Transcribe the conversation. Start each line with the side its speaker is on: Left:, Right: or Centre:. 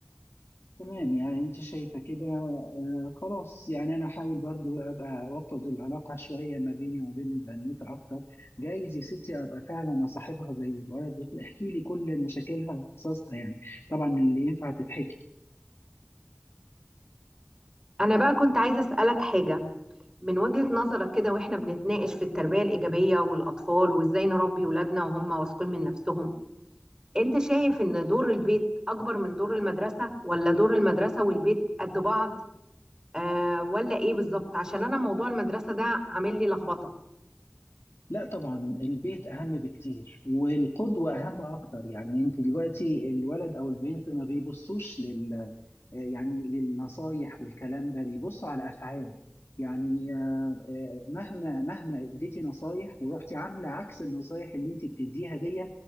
Left: تمام يعني انت شايفة كده آه خلاص يعني انا احاول برضو ابقى اوطد العلاقة شوية ما بيني وبين البنوتة اكتر جايز يا ستي ابقى فعلا اصاحبها زي الولد وتحكي لي كل مشاكلها وقصصها يعني طبعا اللي ينفع تتحكي
Right: أنا بقى كنت عايزة أسألك حاجة من وجهة نظرك كده وإحنا بنتناقش في التربية الإيجابية والأطفال وإزاي نربي ولادنا وهم واثقين من نفسهم أنت شايف إن دور البيت أكبر من دور المدرسة ولا دور المدرسة والبيت قد بعض آه ولا إيه بالظبط عشان أنا موضوع المدرسة ده عامل لي لخبطة
Left: لا طبعا البيت اهم بكتير والقدوة اهم اكتر يعني انت دلوقتي الولد او البنت ما بيبصوش لل آه، يعني للنصايح والكلام ده بيبصوا على افعال يعني آه، آه، مهما مهما اديتي نصايح ورحتي عامله عكس النصايح اللي انت بتديها دي